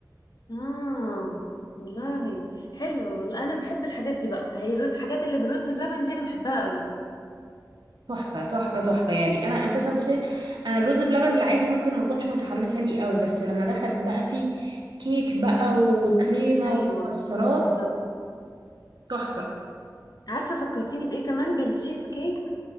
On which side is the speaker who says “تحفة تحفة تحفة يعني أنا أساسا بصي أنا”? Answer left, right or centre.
Right